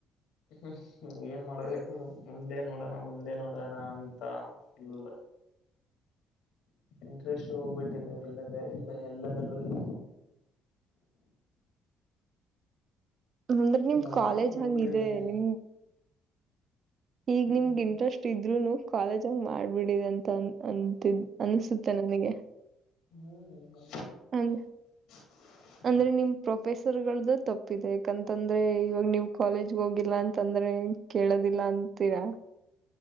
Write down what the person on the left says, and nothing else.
ಹ್ಮ್ ಏನ್ ಮಾಡ್ಬೇಕು ಮುಂದೆ ನೋಡೋಣ ಮುಂದೆ ನೋಡೋಣ ಅಂತ ಫುಲ್. ಇಂಟ್ರೆಸ್ ಹೋಗ್ಬಿಟ್ಟಿದೆ ಎಲ್ಲದ ಎಲ್ಲ ಎಲ್ಲದರಲ್ಲಿ.
ನೋಡಮ್ಮ
ಮುಂದೆ
ಏನೇನ
ಹ್ಮ್
ಹ್ಮ್.
ಹ. <unintelligible>